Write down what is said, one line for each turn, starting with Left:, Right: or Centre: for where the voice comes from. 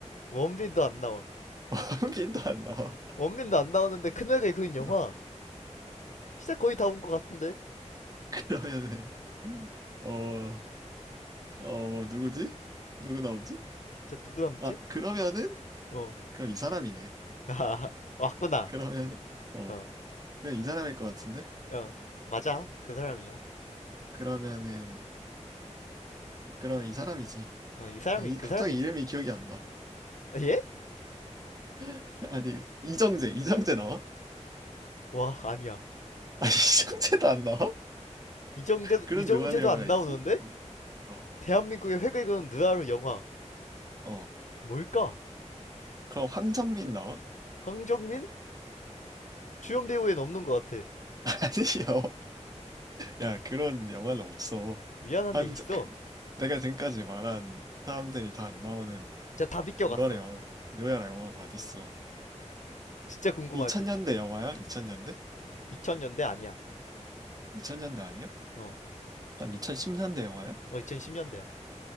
Left: 원빈도 안 나와.
Right: <laughs> 원빈도 안 나와.
Left: 원빈도 안 나오는데 큰 획을 그은 영화.
Right: 어.
Left: 진짜 거의 다 온 것 같은데.
Right: <laughs> 그러면은 어, 어, 뭐 누구지? 누구 나오지?
Left: 진짜 누구 남지?
Right: 아, 그러면은
Left: 어.
Right: 그럼 이 사람이네.
Left: <laughs> 아, 왔구나.
Right: 그러면은 어,
Left: 어,
Right: 그냥 이 사람일 것 같은데?
Left: 어. 맞아. 그 사람이야.
Right: 그러면은 그러면 이 사람이지.
Left: 어, 이 사람이,
Right: 아, 이
Left: 그
Right: 갑자기
Left: 사람이지.
Right: 이름이 기억이 안 나.
Left: 아, 예?
Right: <laughs> 아니 이정재, 이정재 나와?
Left: 와, 아니야.
Right: 아니 <laughs> 이정재도 안 나와?
Left: 이정재,
Right: 그런
Left: 이정재도
Right: 누마리 영화가
Left: 안 나오는데?
Right: 있어? 어, 어,
Left: 대한민국의 획을 그은 느와르 영화.
Right: 어.
Left: 뭘까?
Right: 그럼 황정민 나와?
Left: 황정민? 주연 배우엔 없는 것 같아.
Right: <laughs> 아니요. 야, 그런 영화는 없어.
Left: 미안한데
Right: 황정
Left: 있어.
Right: 그 내가 지금까지 말한 사람들이 다 안 나오는.
Left: 진짜 다 비껴갔어.
Right: 너야 영화가 너야 영화가 어딨어
Left: 진짜 궁금하지?
Right: 2000년대 영화야? 2000년대?
Left: 2000년대 아니야.
Right: 2000년대 아니야?
Left: 어,
Right: 그럼 2010년대 영화야?
Left: 어 2010년대야.